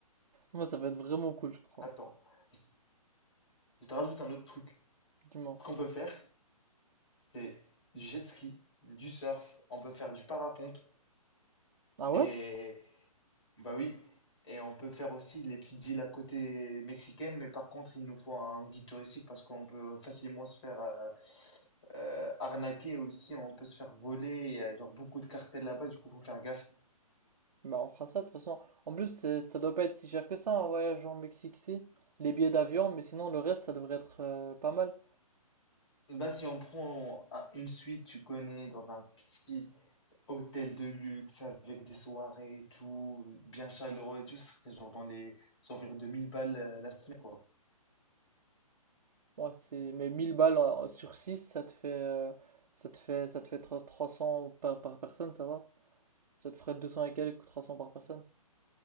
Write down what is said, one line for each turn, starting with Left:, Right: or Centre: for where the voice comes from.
Right: Moi, ça va être vraiment cool, je crois.
Left: Attends, je je te rajoute un autre truc.
Right: Dis-moi.
Left: Ce qu'on peut faire, c'est du jet ski, du surf, on peut faire du parapente.
Right: Ah ouais?
Left: Et Bah oui, et on peut faire aussi les petites îles à côté mexicaines, mais par contre, il nous faut un guide touristique parce qu'on peut facilement se faire euh, euh, arnaquer aussi, on peut se faire voler, il y a genre beaucoup de cartels là-bas, du coup, faut faire gaffe.
Right: Bah, on fera ça, de toute façon. En plus, c'est- ça doit pas être si cher que ça, un voyage en Mexique, si. Les billets d'avion, mais sinon, le reste, ça devrait être euh, pas mal.
Left: bah si on prend un- une suite, tu connais, dans un petit hôtel de luxe avec des soirées et tout, bien chaleureux et tout, ce serait genre dans les environ 2000 balles euh, la semaine, quoi.
Right: Ouais, c'est mais 1000 balles euh, sur 6 ça te fait euh, ça te fait ça te fait tro- 300 par, par personne, ça va? Ça te ferait 200 et quelques, 300 par personne.